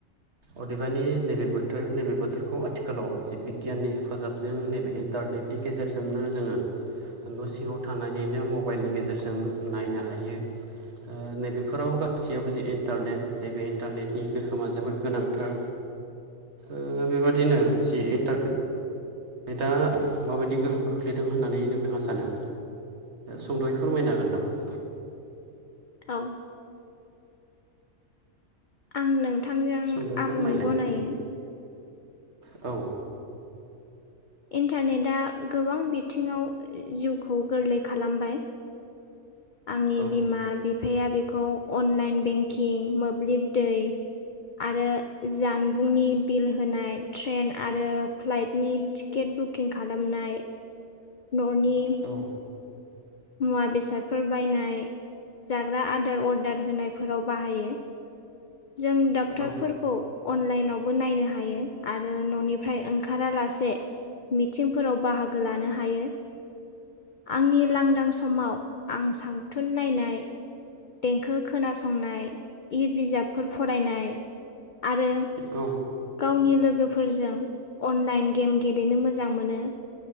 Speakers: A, on the right; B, on the left.
A: अदेबानि नैबे बोथोर नैबे बोथोरखौ आथिखालाव जि बिगियाननि हेफाजाबजों नैबे इन्टारनेटनि गेजेरजोंनो जोङो न' सिङाव थानानैनो मबाइलनि गेजेरजों नायनो हायो। ओ नैबेफोराव गासैयावबो जि इन्टारनेट नैबे इन्टारनेटनि गोहोमा जोबोद गोनांथार। ओम बेबादिनो जि इन्टार नोंथांङा माबादि गोहोम खोख्लैदों होननानै नोंथाङा सानो? सुंद'यै फोरमायनो हागोन नामा?
B: औ। आं नोंथांजों
A: सुंद'यै फोरमायलाय
B: आबुङै गनायो।
A: औ।
B: इन्टारनेदा गोबां बिथिङाव जिउखौ गोरलै खालामबाय। आंनि
A: औ
B: बिमा-बिफाया बेखौ अनलाइन बेंखिं मोब्लिब दै। आरो जानबुंनि बिल होनाय ट्रेन आरो फ्लाइटनि थिख टिकेट बुकिं खालामनाय न'नि
A: औ।
B: मुवा बेसादफोर बायनाय जाग्रा आदार अर्दार होनायफोराव बाहायो। जों डाक्टारफोरखौ
A: औ
B: अनलाइनावबो नायनो हायो आरो न'निफ्राय ओंखारालासे मिथिंफोराव बाहागो लानो हायो। आंनि लां समाव आं सांथुन नायनाय। देंखो खोनासंनाय इ बिजाब। फोर फरायनाय आरो
A: औ
B: गावनि लोगोफोरजों अनलाइन गेम गेलेनो मोजां मोनो।